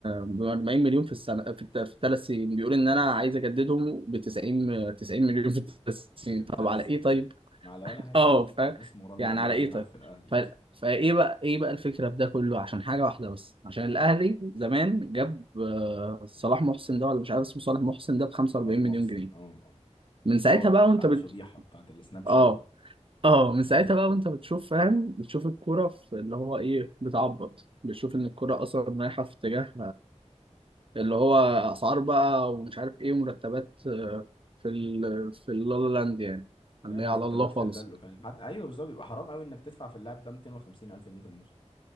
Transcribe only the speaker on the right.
ب 40 مليون في السنه في الت- في الثلاث سنين بيقول ان انا عايز اجددهم ب 90 90 مليون في الثلاث سنين
طب على ايه
طيب؟
اه فاهم
يعني
على ايه
طيب؟
ف
فايه بقى ايه بقى الفكره في ده كله عشان حاجه واحده بس عشان الاهلي زمان جاب آه، صلاح محسن ده ولا مش عارف اسمه صلاح محسن ده ب 45
مليون جنيه
من
ساعتها
بقى وانت
بت
اه
اه من ساعتها
بقى وانت بتشوف فاهم بتشوف الكوره في اللي هو ايه بتعبط بتشوف ان الكوره اصلا رايحه في اتجاه اللي هو اسعار بقى ومش عارف ايه ومرتبات آه، في ال في اللالا لاند يعني
اللي
هي على الله خالص